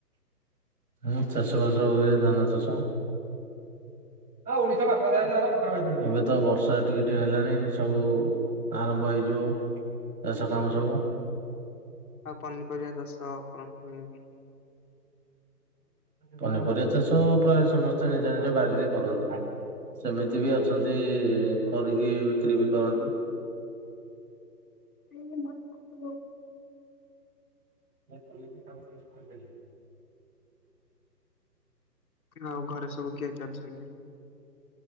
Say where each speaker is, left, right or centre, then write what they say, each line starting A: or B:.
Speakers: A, on the right; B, on the left.
A: ହୁଁ ଚାଷ ବାସ ହୁଏ। ଧାନ ଚାଷ। ଏବେ ତ ବର୍ଷା ଟିକେ ଟିକେ ହେଲାଣି ସବୁ ଆରମ୍ଭ ହେଇଯିବ। ଚାଷ
B: ହୁଁ
A: କାମ ସବୁ।
B: ଆଉ ପନିପରିବା ଦଶ କଣ
A: ପନିପରିବା ଚାଷ ପ୍ରାୟ ସମସ୍ତେ ନିଜ ନିଜ ବାରିରେ କରନ୍ତି। ସେମିତି ବି ଅଛନ୍ତି କରିକି ବିକ୍ରି ବି କରନ୍ତି।
B: <unintelligible>
A: ନା ଆ କାମ କରଛିୁ କ। <unintelligible>
B: ଆଉ ଘରେ ସବୁ କିଏ କିଏ ଅଛନ୍ତି?